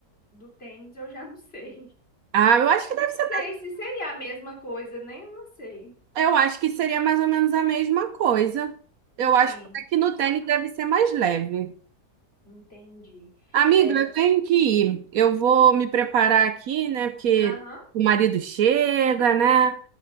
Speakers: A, on the left; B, on the right.
A: do tênis, eu já não <laughs> sei.
B: Ah, eu acho que deve ser
A: sei se seria a mesma coisa, né? Não sei.
B: Eu acho que seria mais ou menos a mesma coisa. Eu acho
A: Sim,
B: até que no tênis
A: capaz.
B: deve ser mais leve.
A: Entendi.
B: Amiga,
A: É,
B: eu tenho que ir. Eu vou me preparar aqui, né? Porque
A: aham,
B: o marido chega, né?